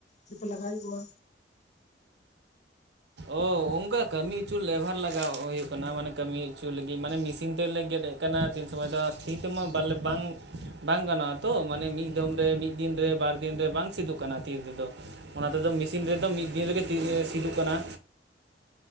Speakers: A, on the left; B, on the right.
A: ᱥᱮᱯᱮ ᱞᱟᱜᱟᱮᱜ ᱠᱚᱣᱟ?
B: ᱚ ᱚᱝᱠᱟ ᱠᱟᱹᱢᱤ ᱩᱪᱩ ᱞᱮᱵᱷᱟᱨ ᱞᱟᱜᱟᱣ ᱦᱩᱭᱩᱜ ᱠᱟᱱᱟ ᱢᱟᱱᱮ ᱠᱟᱹᱢᱤ ᱩᱪᱩ ᱞᱟᱹᱜᱤᱫ ᱢᱟᱱᱮ ᱢᱮᱥᱤᱱ ᱛᱮᱞᱮ ᱜᱮᱫ ᱮᱫ ᱠᱟᱱᱟ ᱛᱤᱱ ᱥᱚᱢᱚᱭ ᱫᱚ ᱛᱤ ᱛᱮᱢᱟ ᱵᱟᱞᱮ ᱵᱟᱝ ᱵᱟᱝ ᱜᱟᱱᱚᱜ-ᱟ ᱛᱚ ᱢᱟᱱᱮ ᱢᱤᱫ ᱫᱚᱢ ᱨᱮ ᱢᱤᱫ ᱫᱤᱱ ᱨᱮ ᱵᱟᱨ ᱫᱤᱱ ᱨᱮ ᱵᱟᱝ ᱥᱤᱫᱩᱜ ᱠᱟᱱᱟ ᱛᱤ ᱛᱮᱫᱚ ᱚᱱᱟ ᱛᱮᱫᱚ ᱢᱤᱥᱤᱱ ᱨᱮᱫᱚ ᱢᱤᱫ ᱫᱤᱱ ᱨᱮᱫᱚ ᱥᱤᱫᱚᱜ ᱠᱟᱱᱟ᱾